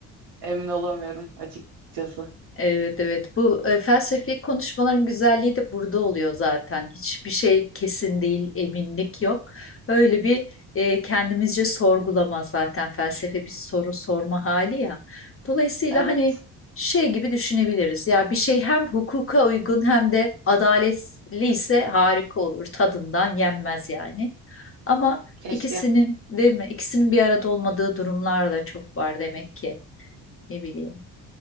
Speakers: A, on the right; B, on the left.
A: emin olamıyorum açıkçası.
B: Evet evet bu e, felsefi konuşmaların güzelliği de burada oluyor zaten. Hiçbir şey kesin değil, eminlik yok. Öyle bir e, kendimizce sorgulama zaten felsefe bir soru sorma hali ya. Dolayısıyla
A: Evet,
B: hani şey gibi düşünebiliriz. Ya bir şey hem hukuka uygun hem de adaletli ise harika olur. Tadından yenmez yani. Ama
A: keşke.
B: ikisinin değil mi? İkisinin bir arada olmadığı durumlar da çok var demek ki. Ne bileyim.